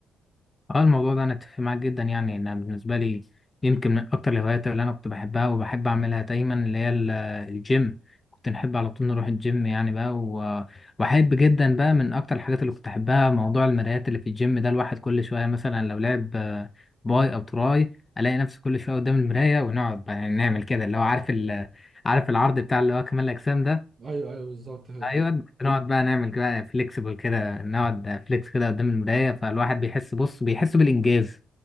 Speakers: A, on the left (about 20°); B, on the right (about 40°).
A: اه الموضوع ده انا اتفق معاك جدا يعني انا بالنسبه لي يمكن من اكتر الهوايات اللي انا كنت بحبها وبحب اعملها دايما اللي هي ال- الجيم كنت نحب على طول نروح الجيم يعني بقى و- واحب جدا بقى من اكتر الحاجات اللي كنت احبها موضوع المرايات اللي في الجيم ده الواحد كل شويه مثلا لو لعب آه، باي او تراي الاقي نفسي كل شويه قدام المرايه ونقعد بقى يعني نعمل كده اللي هو عارف ال- آه، عارف العرض بتاع اللي هو كمال الاجسام ده
B: ايوه ايوه بالظبط <laughs>
A: ايوه كنت نقعد بقى نعمل كده فليكسبل كده نقعد فليكس كده قدام المرايه فالواحد بيحس بص بيحس بالانجاز